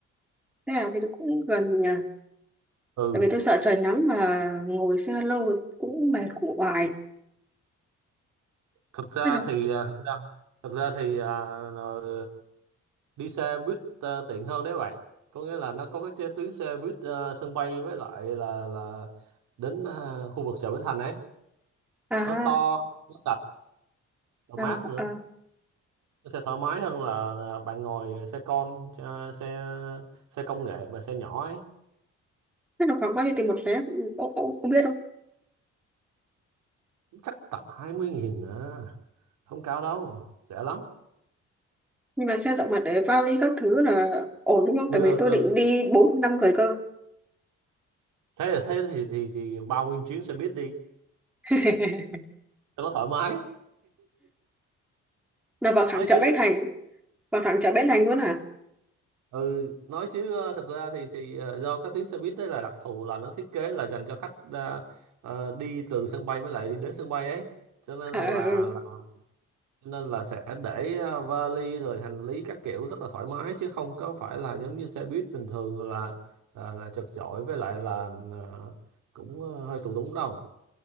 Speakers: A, in the centre; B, on the right (about 85°).
A: Thế nào thì nó cũng gần nhà.
B: Ừ,
A: Tại vì tôi sợ trời nắng mà ngồi xe lâu cũng mệt cũng oải.
B: thực ra
A: Thế nào?
B: thì à, thực ra thực ra thì à, ờ, đi xe buýt à, tiện hơn đấy bạn. Có nghĩa là nó có cái chế- tuyến xe buýt à, sân bay với lại là là đến à, khu vực chợ Bến Thành ấy.
A: À,
B: Nó to, nó sạch, nó
A: à,
B: mát nữa.
A: à.
B: nó sẽ thoải mái hơn là là bạn ngồi xe con à, xe xe công nghệ mà xe nhỏ ấy
A: Thế là khoảng bao nhiêu tiền một vé? Ông, ông, ông biết không?
B: chắc tầm hai mươi nghìn à không cao đâu rẻ lắm
A: Nhưng mà xe rộng mặt để vali các thứ là ổn đúng không?
B: ừ,
A: Tại vì
B: ừ,
A: tôi
B: ừ.
A: định đi 4 năm người cơ.
B: thế là thế thì, thì thì bao nguyên chuyến xe buýt đi
A: <laughs>
B: cho nó thoải mái
A: Là vào thẳng
B: nói
A: chợ
B: chứ
A: Bến Thành. Vào thẳng chợ Bến Thành luôn à?
B: ừ nói chứ ờ, thật ra thì thì ờ, do các tuyến xe buýt đấy là đặc thù là nó thiết kế là dành cho khách ờ, ờ, đi từ sân bay với lại đi đến sân bay ấy cho nên
A: À
B: là
A: ừ.
B: là nên là sẽ để ờ, vali rồi hành lý các kiểu rất là thoải mái chứ không có phải là giống như xe buýt bình thường là là, là chật chội với lại là ờ, cũng ờ, hơi tù túng đâu